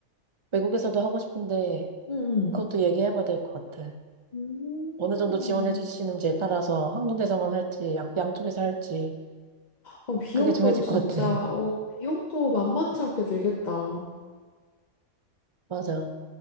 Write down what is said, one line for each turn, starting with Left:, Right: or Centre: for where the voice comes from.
Right: 외국에서도 하고 싶은데,
Left: 응응.
Right: 그것도 얘기해봐야 될 것 같아.
Left: 음.
Right: 어느 정도 지원해 주시는지에 따라서 한 군데서만 할지, 양, 양쪽에서 할지,
Left: 어, 비용도
Right: 그게 정해질
Left: 진짜
Right: 것 같아. <laughs>
Left: 어 비용도 만만치 않게 들겠다.
Right: 맞아.